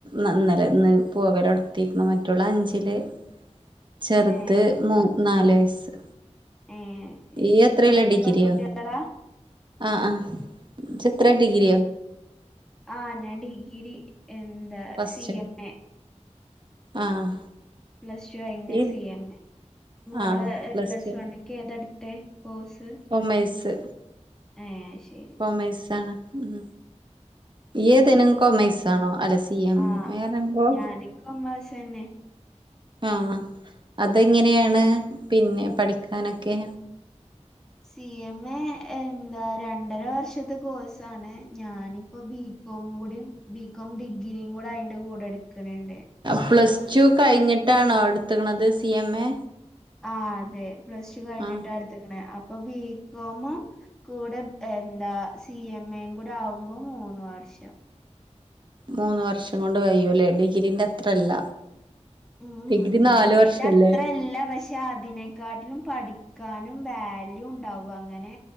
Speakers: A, on the right; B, in the centre.
A: നന്നലെ ഇന്ന് പോകലോടുത്തിക്ക്‌ണു മറ്റൊള് അഞ്ചില് ചെറുത്
B: ഏഹ്
A: മൂ നാല് വയസ്
B: ഏഹ് ശരി
A: ഇയ്യ് എത്രെല
B: മൂന്ന്
A: ഡിഗ്രിയൊ
B: പെൺകുട്ടികളാ
A: ആഹ് ആഹ് ഇജ് എത്ര ഡിഗ്രിയോ
B: ആഹ് ഞാൻ ഡിഗ്രി എന്താ
A: ഫസ്റ്റോ
B: സി എം എ
A: ആഹ്
B: പ്ലസ്ടു കഴിഞ്ഞ
A: ഇയ്യ്
B: സി എം എ മോള്
A: ആഹ്
B: പ്ലസ്
A: ടു
B: വൺക്ക് ഏതട്ത്തെ കോഴ്സ്
A: കോമേഴ്‌സ്
B: ഏ ശരി
A: കോമേഴ്‌സാണ്.
B: ഉം.
A: ഉം ഇയ്യേതനും കോമേഴ്‌സ് ആണോ <unintelligible> സി എം
B: ആ
A: എ പറഞ്ഞപ്പൊ
B: ഞാന് കൊമേഴ്സ് തന്നെ
A: ആഹ് അതെങ്ങനെയാണ് പിന്നെ പഠിക്കാനൊക്കെ
B: സി എം എ എന്താ രണ്ടര വർഷത്തെ കോഴ്സാണ് ഞാനിപ്പോ ബി കോം കൂടി ബികോം ഡിഗ്രിയുംകൂടെ അയ്ന്റെ കൂടെ ഇട്ക്ക്ണ് ണ്ട്
A: പ്ലസ് ടു കഴിഞ്ഞിട്ടാണോ ഇട്ത്ക്ണത് സി എം എ
B: ആഹ് അതെ പ്ലസ് ടു കഴിഞ്ഞിട്ട
A: ആ
B: ഇട്ത്തക്കണേ അപ്പൊ ബി കോം ഉം കൂടെ എന്താ സി എം എയും കൂടെ ആവുമ്പോ മൂന്ന് വർഷം
A: മൂന്ന് വർഷം കൊണ്ട് കയ്യുല്ലേ ഡിഗ്രീന്റെ അത്രല്ല
B: ഉം ഉം
A: ഡിഗ്രി നാല്
B: ഡിഗ്രീന്റെ
A: വർഷല്ലേ
B: അത്ര അല്ല പക്ഷെ പക്ഷെ അതിനെക്കാട്ടിലും പഠിക്കാനും വാല്യൂ ഉണ്ടാകും അങ്ങനെ